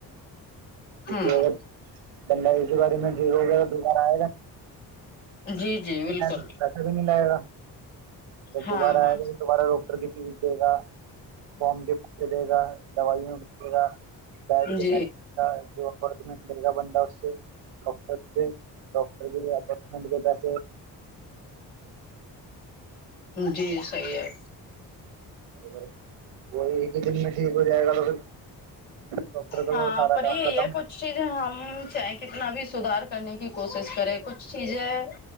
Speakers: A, on the right; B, on the left.
A: کیکہ
B: ہوں
A: اگر دنندگی کے بارے میں ٹھیک ہوگیا تو دوبارہ آئے گا
B: جی جی بالکل
A: پیسہ بھی نہیں لائے گا جب
B: ہاں
A: دوبارہ
B: ہاں
A: آئے گا دوبارہ ڈاکٹر کی فیس دے گا فارم کے پیے دے گا دوے گا بیڈ کے
B: جی
A: جو اپنٹمنٹ لے گا بندہ اس سے ڈٹر ڈٹر کے اپننٹ کےس
B: جی صحیح یہ
A: اگر وہ ایک ہی دن میں ٹھیک ہو جائے گا تو پھر ڈاکٹر کا
B: ہاں
A: تو سارا
B: پر یہ
A: کام ختم
B: یہ کچھ چیزیں ہم چاہیں کتنا بھی سدھار کرنے کی کوشش کرے کچھ چیزیں